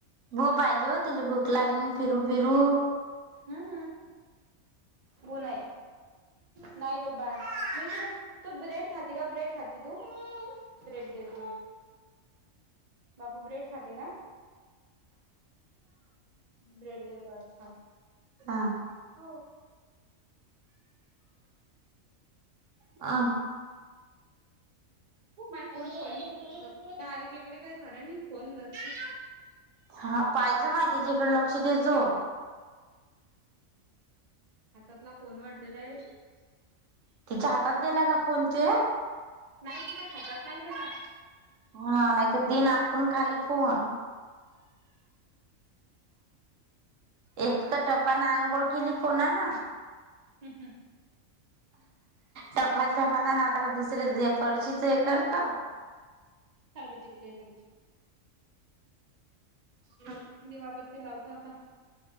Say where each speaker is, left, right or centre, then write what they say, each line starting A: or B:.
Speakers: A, on the right (about 75°); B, on the right (about 35°).
A: भू पाहिजे हो तिल भूक लागली न फिरू फिरू
B: हं बोला य नाय गप बाळा मी तू ब्रेड खाती का ब्रेड खाती तू ब्रेड देतो. बाबू ब्रेड खाते का ब्रेड देतो आता थांब.
A: हा-
B: हो.
A: अ
B: हो माझ फोन फोडील डायरेक्ट इकडं काय खरं नाही फोन धरती
A: हा पाहिजे माय तीच्याकडे लक्ष देजो.
B: हातातला फोन वाढतलंय.
A: तिच्या हातात दिला का फोन तू.
B: नाही तिच्या हातात नाही दिला.
A: हा नाय तर देईन आपटून खाली फोन एक त टपाने आंघोळ केली फोनान
B: <unintelligible>
A: टपातल्या फोनान आता का दुसरे फरशीच हे करत
B: सारख जय जय करुन
A: <unintelligible>
B: दिवा बत्ती लावतो आता